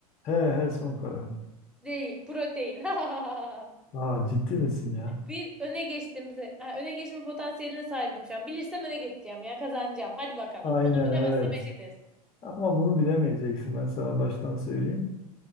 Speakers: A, on the left (about 30°); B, in the centre.
A: He he son kararım.
B: Değil, protein. <laughs>
A: Aa ciddi misin ya?
B: Bir öne geçtim. se- ha, öne geçme potansiyeline sahibim şu an. Bilirsem öne geçeceğim ya kazanacağım. Hadi bakalım.
A: Aynen
B: Bunu bilemezsem
A: evet.
B: eşitiz.
A: Ama bunu bilemeyeceksin ben sana baştan söyleyeyim.